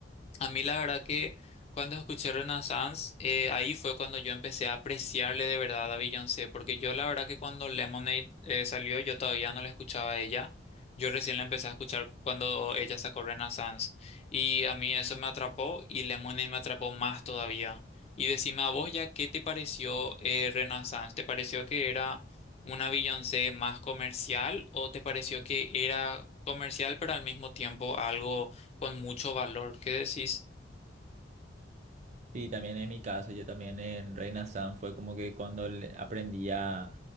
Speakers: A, on the left (about 35°); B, on the right (about 40°).
A: A mí la verdad que cuando escuché Renaissance, eh, ahí fue cuando yo empecé a apreciarle de verdad a Beyoncé, porque yo la verdad que cuando Lemonade eh, salió, yo todavía no la escuchaba a ella. Yo recién la empecé a escuchar cuando ella sacó Renaissance. Y a mí eso me atrapó y Lemonade me atrapó más todavía. Y decime a vos ya, ¿qué te pareció eh, Renaissance? ¿Te pareció que era una Beyoncé más comercial o te pareció que era comercial pero al mismo tiempo algo con mucho valor. ¿Qué decís?
B: Sí, también es mi caso. Yo también en Reina San fue como que cuando le- aprendí a,